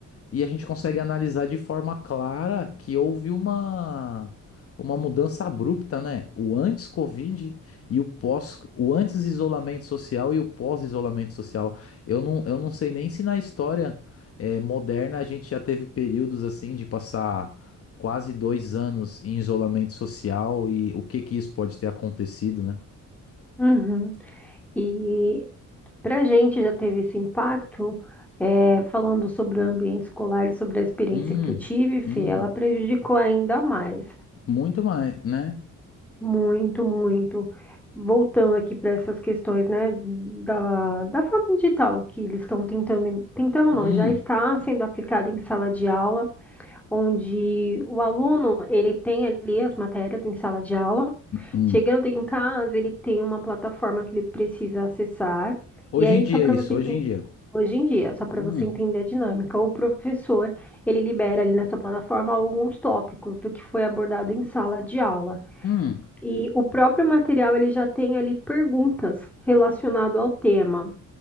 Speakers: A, on the left (about 45°); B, in the centre.
A: E a gente consegue analisar de forma clara que houve uma, uma mudança abrupta, né? O antes-Covid e o pós, o antes-isolamento social e o pós-isolamento social. Eu não, eu não sei nem se na história eh, moderna a gente já teve períodos assim de passar quase dois anos em isolamento social e o que que isso pode ter acontecido, né?
B: Uhum. E para a gente já teve esse impacto, é, falando sobre o ambiente escolar e sobre a experiência
A: Hum,
B: que eu tive, Fê,
A: hum,
B: ela prejudicou ainda mais,
A: muito mais, né?
B: muito, muito. Voltando aqui para essas questões, né, da, da forma digital que eles estão tentando, tentando
A: Hum,
B: não, já está sendo aplicada em sala de aula. onde o aluno ele tem ali as matérias em sala de aula.
A: hum.
B: Chegando em casa, ele tem uma plataforma que ele precisa acessar.
A: Hoje
B: E aí,
A: em dia
B: só para
A: é isso,
B: você entender,
A: hoje em dia.
B: hoje em dia, só para
A: Hum.
B: você entender a dinâmica, o professor ele libera ali nessa plataforma alguns tópicos do que foi abordado em sala de aula.
A: Hum,
B: E o próprio material ele já tem ali perguntas relacionado ao tema.